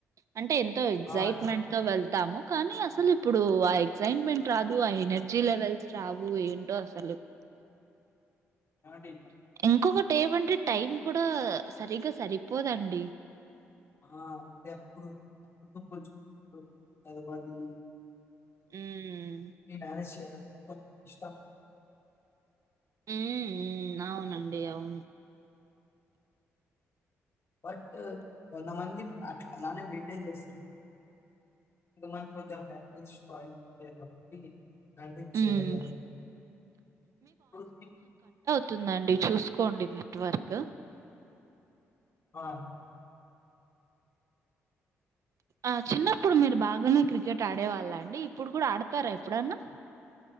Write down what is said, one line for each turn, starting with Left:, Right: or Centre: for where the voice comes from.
Right: అంటే ఎంతో ఎగ్జైట్మెంట్
Left: ఆ
Right: తో వెళ్ తము కాని అసలు ఇప్పుడు ఆ ఎగసైట్మెంట్ రాదు ఆ ఎనర్జీ లెవెల్స్ రావు ఏంటో అసలు
Left: ఏవండీ
Right: ఇంకొకటి ఏమంటే టైం కూడా సరిగ్గా సరిపోదండి
Left: ఆ అంటే అప్పుడు ఆడుకోవచు కొంచం చదవాలి
Right: ఉమ్
Left: మేనేజ్ చేయలేం బాగా ఇష్టం
Right: ఊమ్ ఉమ్ అవునండి అవును
Left: బాట్ కొంతమంది అట్ అలానే మెయింటైన్ చేస్తారు ఇంకా మనం కొంచెం ఫ్యామిలీ చూసుకోవాలి కాట్టి హ్యాండిల్ చేయలేం
Right: ఉమ్.
Left: <unintelligible>
Right: తుందండి చూసుకోండి నెట్వర్కు
Left: ఆ
Right: ఆ చిన్నప్పుడు మీరు బాగానే క్రికెట్ ఆడే వాళ్ళ అండి ఇప్పుడు కూడా ఆడతారా ఎప్పుడన్నా